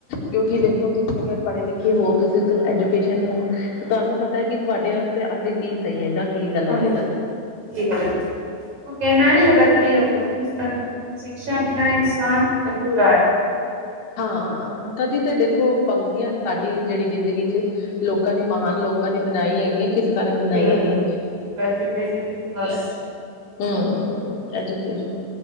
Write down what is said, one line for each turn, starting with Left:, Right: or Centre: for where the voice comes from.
Left: ਕਿਉਂਕਿ ਦੇਖੋ ਤੁਸੀਂ ਅਗਰ ਪੜ੍ਹੇ ਲਿਖੇ ਹੋ ਤੁਸੀਂ ਤ ਐਜੂਕੇਸ਼ਨ ਨੂੰ ਤੁਹਾਨੂੰ ਪਤਾ ਕਿ ਤੁਹਾਡੇ ਵਾਸਤੇ ਅੱਗੇ ਕੀ ਸਹੀ ਹੈਗਾ ਕੀ ਗਲਤ
Right: ਹਾਂਜੀ
Left: ਹੈਗਾ
Right: ਕੀ ਗਲਤ ਹੈ ਉਹ ਕਹਿਣਾ ਹੈ ਗਲਤ ਨਹੀਂ ਹੋਗਾ ਕਿਸ ਸ਼ਿਕਸ਼ਾ ਬਿਨਾਂ ਇਨਸਾਨ ਅਧੂਰਾ ਹੈ
Left: ਹਾਂ ਤਦੀ ਤੇ ਦੇਖੋ ਪੰਕਤੀਆਂ ਸਾਡੀ ਜਿਹੜੀ ਜ਼ਿੰਦਗੀ ਚ ਲੋਕਾਂ ਨੇ ਮਹਾਨ ਲੋਕਾਂ ਨੇ ਬਣਾਈ ਹੈਗੀ ਹੈ ਕਿਸ ਕਾਰਨ ਬਣਾਈ
Right: ਬਿਲਕੁਲ
Left: ਹੈਗੀ ਹੈ
Right: ਐਜੂਕੇਸ਼ਨ ਇਜ਼ ਮਸਟ
Left: ਹਮ ਐਜੂਕੇਸ਼ਨ